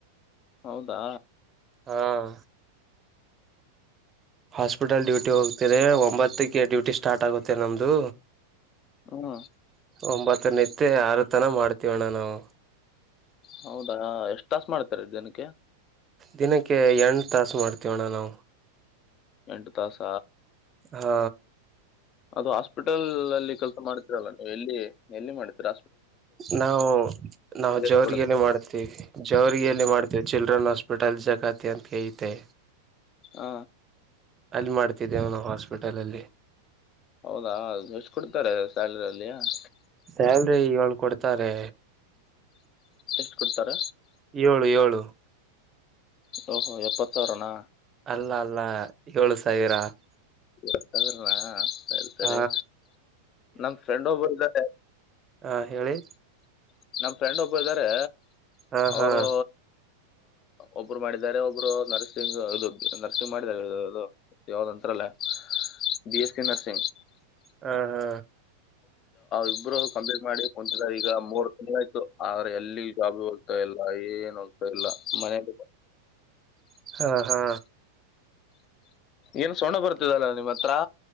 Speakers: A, on the left; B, on the right.
A: ಹೌದಾ
B: ಹಾಂ ಹಾಸ್ಪಿಟಲ್ ಡ್ಯೂಟಿ ಹೋಗ್ತಿದೆ ಒಂಬತ್ತಕ್ಕೆ ಡ್ಯೂಟಿ ಸ್ಟಾರ್ಟ್ ಆಗುತ್ತೆ ನಮ್ಮದು.
A: ಹ್ಮ
B: ಒಂಬತ್ತು ನೆತ್ಯ ಆರು ತನ ಮಾಡ್ತೀವಣ್ಣ ನಾವು.
A: ಹೌದಾ ಎಷ್ಟ್ ತಾಸು ಮಾಡ್ತಾರೆ ದಿನಕ್ಕೆ.
B: ದಿನಕ್ಕೆ ಎಂಟು ತಾಸು ಮಾಡ್ತೀವ ಅಣ್ಣ ನಾವು.
A: ಎಂಟುತಾಸ.
B: ಹಾ
A: ಅದು ಹಾಸ್ಪಿಟಲ್ ಅಲ್ಲಿ ಕೆಲಸ ಮಾಡ್ತಿರಲ್ಲ ನೀವು ಎಲ್ಲಿ ಎಲ್ಲಿ ಮಾಡ್ತಿರ.
B: ನಾವು ನಾವು
A: ಎಷ್ಟು
B: ಜೋರಿಗೆನೆ
A: ಕೊಡುತ್ತಾರೆ
B: ಮಾಡವಿ ಜವರಿಗೆಗೆ ಎಲ್ಲಿ ಮಾಡ್ತೇವೆ ಚಿಲ್ಡ್ರನ್ ಹಾಸ್ಪಿಟಲ್ ಜಕಾತಿ ಅಂತ ಕತೆ.
A: ಹ
B: ಅಲ್ಲಿ ಮಾಡ್ತಿದ್ದೇವೆ ನಾವು ಹಾಸ್ಪಿಟಲ್ ಅಲ್ಲಿ.
A: ಹೌದಾ ಅ ಎಷ್ಟು ಕೊಡ್ತಾರೆ ಸ್ಯಲ್ರಿಲ್ಲಿಯಲ್ಲಿ..
B: ಸ್ಯಾಲ್ರಿ ಇವಾಗ ಕೊಡ್ತಾರೆ.
A: ಎಷ್ಟು ಕೊಡ್ತಾರ.
B: ಏಳು ಏಳು
A: ಓಹೋ ಓಹೋ ಎಪ್ಪತ್ತಾಸಾವಿರಾಣ.
B: ಅಲ್ಲ ಅಲ್ಲ ಏಳು ಸಾವಿರ.
A: ಏಳುಸಾವಿರನಾ ಸರಿ ಸರಿ
B: ಹ
A: ನಮ ಫ್ರೆಂಡ್ ಒಬ್ಬರು ಇದ್ದಾರೆ
B: ಹಾ ಹೇಳಿ.
A: ನಮ್ಮ ಫ್ರೆಂಡ್ ಒಬ್ಬರ ಇದ್ದಾರೆ
B: ಹಾ
A: ಅವರು.
B: ಹಾ
A: ಒಬ್ರು ಮಾಡಿದಿದ್ದಾರೆ ಒಬ್ರು ನರ್ಸಿಂಗ ಅದು ನರ್ಸಿಂಗ್ ಮಾಡಿದಿದ್ದಾರೆ ಅದು. ಯಾವ್ದಂತ್ರಲ್ಲ ಬಿ ಎಸ್ ಸಿ ನರ್ಸಿಂಗ್.
B: ಹಾ ಹಾ
A: ಇಬ್ರು ಕಂಪೇರ್ ಮಾಡಿ ಕುಂತರ ಈಗ ಮೂರು ಚ ಆಯ್ತು ಆದ್ರೆ ಎಲ್ಲಿ ಜಾಬ್ ಹೋಗ್ತಾ ಇಲ್ಲ ಏನ್ ಹೋಗ್ತಾ ಇಲ್ಲ ಮನೆಯಲ್ಲಿ
B: ಹಾ ಹಾ
A: ಏನ್ ಸೋಣ್ಣ ಬರ್ತಿದಲ್ಲ ನಿಮ್ಮ ಹತ್ರ